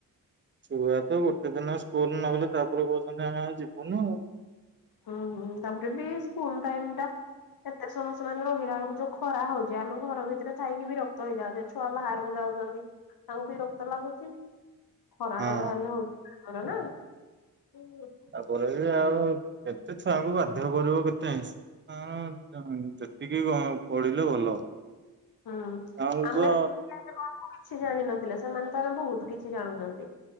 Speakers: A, on the right; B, on the left.
A: ଛୁଆ ତ ଗୋଟେ ଦିନ ସ୍କୁଲ ନ ଗଲେ ତାପରେ କହୁଚନ୍ତି ଆମେ ଆଉ ଯିବୁନି।
B: ହୁଁ ହୁଁ ତାପରେ ବି ସ୍କୁଲ ଟାଇମ୍ ଟା ଏତେ ସମୟ ସେମାନେ ରହିଲା ବେଳକୁ ଯୋଉ ଖରା ହୋଉଛି ଆମେ ଘର ଭିତରେ ଥାଇକି ବିରକ୍ତ ହେଇଯାଉଚେ। ଛୁଆ ବାହାରକୁ ଯାଉଛନ୍ତି ତାଙ୍କୁ ବିରକ୍ତ ଲାଗୁଛି। ଖରାଟା
A: ହଁ
B: ଯାହେଲେ ହୋଉଛି ଭାରି ଜୋରେ ନା।
A: ତାପରେ ବି ଆଉ କେତେ ଛୁଆଙ୍କୁ ବାଧ୍ୟ କରିବ କେତେ ଇନ୍ସ୍ ତାଙ୍କର ଜ ଯେତିକି ଆଁ ପଢିଲେ ଭଲ।
B: ହୁଁ
A: କାରଣ
B: ଆମେ
A: ତ
B: ଟୁ କ୍ଲାସ ବେଳକୁ କିଛି ଜାଣିନଥିଲେ ସେମାନେ ତ ହେଲେ ବହୁତ କିଛି ଜାଣୁଛନ୍ତି।